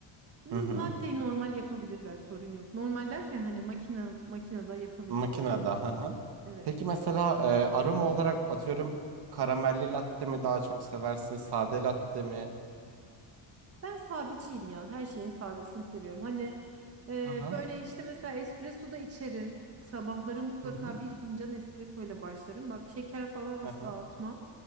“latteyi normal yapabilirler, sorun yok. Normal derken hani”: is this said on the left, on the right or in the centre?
Right